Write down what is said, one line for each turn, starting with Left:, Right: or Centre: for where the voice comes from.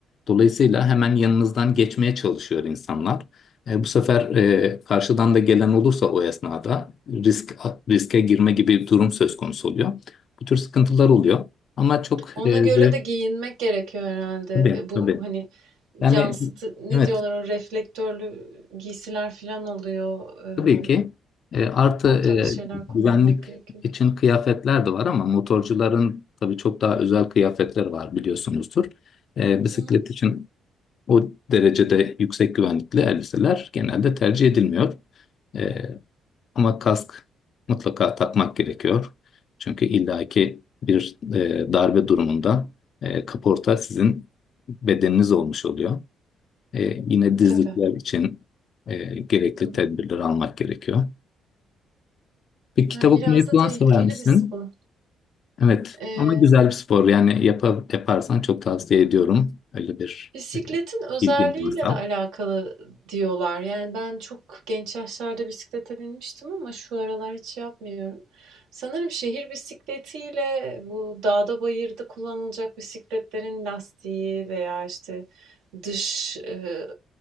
Left: Dolayısıyla hemen yanınızdan geçmeye çalışıyor insanlar. E, bu sefer e, karşıdan da gelen olursa o esnada risk riske girme gibi bir durum söz konusu oluyor. Bu tür sıkıntılar oluyor. Ama çok
Right: Ona
Left: e,
Right: göre
Left: zevk
Right: de giyinmek gerekiyor herhalde.
Left: tabii
Right: E, Bu
Left: tabii.
Right: hani yansıtı
Left: Yani
Right: ne
Left: evet
Right: diyorlar o reflektörlü giysiler falan oluyor. E,
Left: tabii ki E, artı e,
Right: o tarz şeyler
Left: güvenlik
Right: kullanmak gerekiyor.
Left: için kıyafetler de var ama motorcuların tabii çok daha özel kıyafetleri var biliyorsunuzdur. E, bisiklet
Right: Hı hı.
Left: için o derecede yüksek güvenlikli elbiseler genelde tercih edilmiyor. E, Ama kask mutlaka takmak gerekiyor. Çünkü illaki bir e, darbe durumunda e, kaporta sizin bedeniniz olmuş oluyor. E, yine dizlikler
Right: Tabii.
Left: için e, gerekli
Right: Hı hı.
Left: tedbirleri almak gerekiyor. Bir kitap
Right: Yani
Left: okumayı
Right: biraz da
Left: falan
Right: tehlikeli
Left: sever misin?
Right: bir spor.
Left: Evet
Right: E,
Left: ama güzel bir spor yani yapa- yaparsan çok tavsiye ediyorum. Öyle bir
Right: Bisikletin
Left: e,
Right: özelliğiyle
Left: bilgin varsa.
Right: de alakalı diyorlar. Yani ben çok genç yaşlarda bisiklete binmiştim ama şu aralar hiç yapmıyorum. Sanırım şehir bisikletiyle bu dağda bayırda kullanılacak bisikletlerin lastiği veya işte dış e,